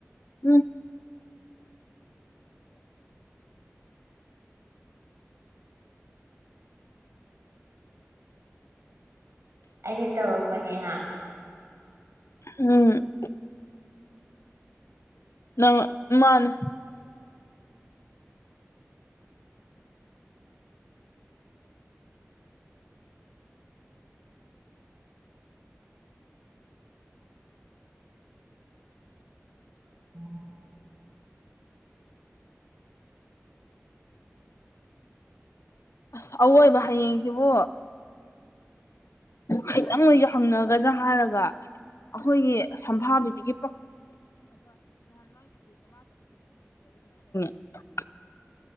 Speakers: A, on the left (about 70°); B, on the right (about 65°).
A: ꯎꯝ
B: ꯑꯩꯅ ꯇꯧꯔꯛꯄꯅꯦꯍ
A: ꯎꯝ ꯅꯪ ꯃꯥꯅꯤ
B: <inaudible>
A: ꯑꯁ ꯑꯋꯣꯏꯕ ꯍꯌꯦꯡꯁꯤꯕꯨ ꯈꯤꯇꯪ ꯑꯦꯏꯖꯨ ꯍꯪꯅꯒꯗ꯭ꯔ ꯍꯥꯏꯔꯒ ꯑꯩꯈꯣꯏꯒꯤ ꯁꯝꯐꯥꯕꯤꯗꯨꯒꯤ <unintelligible>